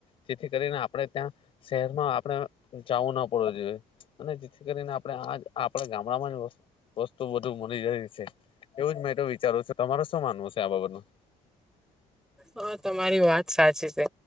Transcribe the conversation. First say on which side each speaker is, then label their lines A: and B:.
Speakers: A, on the left; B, in the centre.
A: જેથી કરીને આપણે ત્યાં શહેરમાં આપણે જવું ના પડવું જોઈએ. અને જેથી કરીને આપણે આ આપણા ગામ. વસ્તુ બધું મળી રાય છે એવું જ મેં તો વિચારું છું તમારે શું માનવું છે. નાા બાબરનું.
B: હા તમારી વાત સાચી છે.